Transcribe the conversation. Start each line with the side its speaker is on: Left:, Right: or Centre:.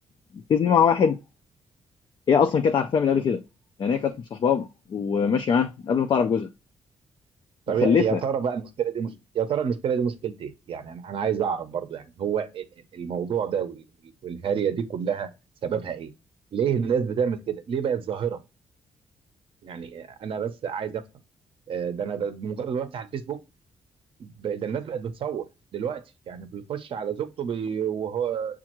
Left: بتزني مع واحد هي اصلا كانت عارفاه من قبل كده يعني هي كانت مصاحباه وماشيه معاه من قبل ما تعرف جوزها
Right: طب
Left: ومخلفه
Right: يا يا ترى بقى المشكله دي مش... يا ترى المشكله دي مشكلتين ايه يعني انا أنا عايز اعرف برضو يعني هو ال- ال- الموضوع ده وال- وال- والهارية دي كلها سببها ايه ليه الناس بتعمل كده ليه بقت ظاهره يعني انا بس عايز افهم آه، ده انا ب- بمجرد ما بفتح الفيسبوك ب- ده الناس بقت بتصور دلوقتي يعني بيخش على زوجته بي وهو